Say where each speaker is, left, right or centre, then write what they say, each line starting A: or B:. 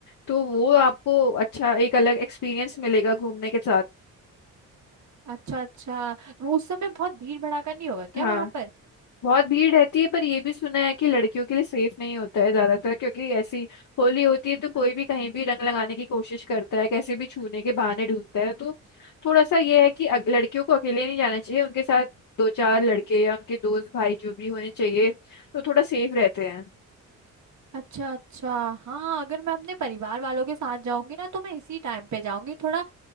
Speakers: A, on the left (about 50°); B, on the right (about 45°).
A: तो वो आपको अच्छा एक अलग एक्सपीरियंस मिलेगा घूमने के साथ
B: अच्छा अच्छा तो उस समय बहुत भीड़ भड़ाका नहीं होगा क्या
A: हाँ
B: वहां पर
A: बहुत भीड़ रहती है पर ये भी सुना है कि लड़कियों के लिए सेफ नहीं होता है ज्यादातर क्योंकि ऐसी होली होती है तो कोई भी कहीं भी रंग लगाने की कोशिश करता है कैसे भी छूने के बहाने ढूंढता है तो थोड़ा सा ये है कि अग- लड़कियों को अकेले नहीं जाना चाहिए उनके साथ दो चार लड़के या उनके दोस्त भाई जो भी होने चाहिए तो थोड़ा सेफ रहते हैं
B: अच्छा अच्छा हाँ अगर मैं अपने परिवार वालों के साथ जाऊंगी ना तो मैं इसी टाइम पे जाऊंगी थोड़ा